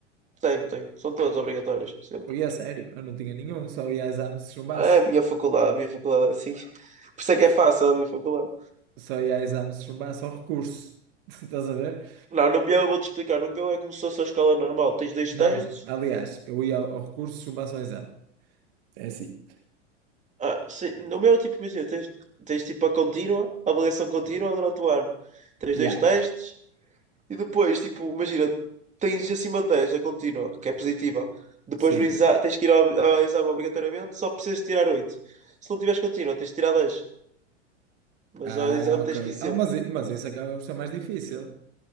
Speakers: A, on the right; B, on the right.
A: Tem, tem. São todos obrigatórios, sempre.
B: Ui, a sério, eu não tinha nenhum, só ia a exame se chumbasse.
A: É a minha faculdade, a minha faculdade é assim. Por isso é que
B: S-
A: é fácil a minha faculdade.
B: Só ia a exame se chumbasse ao recurso. <laughs> Estás a ver?
A: Não, no meu eu vou-te explicar. No meu é como se fosse a escola normal. Tens dois
B: Não,
A: textos,
B: aliás, eu ia ao ao recurso se chumbasse ao exame. É assim.
A: Ah, sim, no meu, tipo, imagina, tens, tens tipo a contínua, a avaliação contínua durante o ano. Tens
B: Yeah.
A: dois testes e depois, tipo, imagina, tens acima de 10 a contínua, que é positiva. Depois
B: Sim.
A: no exa tens que ir ao, ao exame obrigatoriamente, só precisas tirar oito Se não tiveres contínua, tens de tirar dez Mas
B: Ah,
A: ao exame
B: ok.
A: tens que ir sempre.
B: Ah, mas, i- mas isso acaba por ser mais difícil.